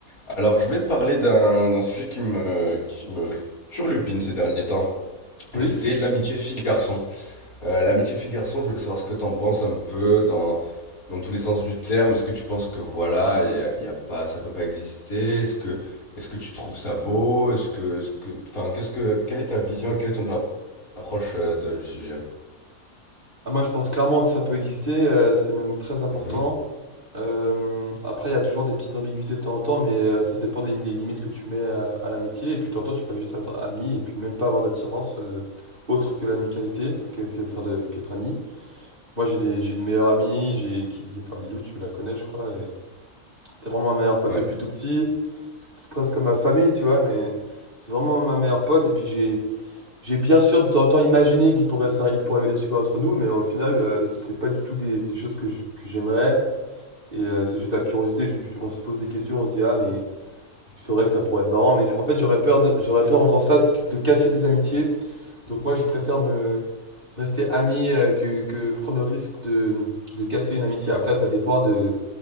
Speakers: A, on the left (about 75°); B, on the right (about 35°).
A: Alors, je voulais te parler d'un d'un sujet qui me, qui me turlupine ces derniers temps,
B: Oui,
A: et c'est l'amitié fille-garçon. Euh, l'amitié fille-garçon, je voulais savoir ce que t'en penses un peu dans, dans tous les sens du terme. Est-ce que tu penses que voilà, y a, y a pas, ça peut pas exister? Est-ce que, est-ce que tu trouves ça beau? Est-ce que, est-ce que, enfin, qu'est-ce que, quelle est ta vision et quelle est ton approche euh, de- du sujet?
B: ah, moi je pense clairement que ça peut exister, euh, c'est même très important.
A: Mhm.
B: Euh, après, il y a toujours des petites ambiguïtés de temps en temps, mais euh, ça dépend des, des limites que tu mets à, à l'amitié. Et puis de temps en temps, tu peux juste être ami et puis même pas avoir d'attirance euh, autre que l'amicalité, que, que- enfin, de- qu'être ami. Moi j'ai des, j'ai une meilleure amie, j'ai, qui, enfin Lilou, tu la connais, je crois. Et c'est vraiment ma meilleure pote
A: Ouais,
B: depuis tout petit. C'est c'est presque comme ma famille, tu vois, mais c'est vraiment ma meilleure pote. Et puis j'ai. J'ai bien sûr de temps en temps imaginé qu'il pourrait, ça, il pourrait y avoir des trucs entre nous, mais au final, euh, c'est pas du tout des, des choses que je- que j'aimerais. Et euh, c'est juste de la curiosité. je- on se pose des questions, on se dit, ah, mais c'est vrai que ça pourrait être marrant. Mais en fait, j'aurais peur, de- j'aurais peur en faisant ça de, de casser des amitiés. Donc moi, je préfère me rester ami euh, que, que prendre le risque de, de casser une amitié. Après, ça dépend de,